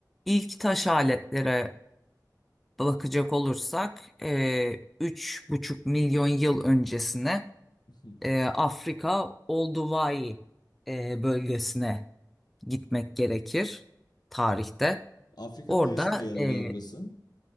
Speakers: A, in the centre; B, on the left.
A: İlk taş aletlere bakacak olursak e, üç buçuk milyon yıl öncesine
B: Hı.
A: e, Afrika Olduvai e, bölgesine gitmek gerekir tarihte.
B: Afrika'nın
A: Orada
B: neresinde yer alıyor
A: e,
B: burası?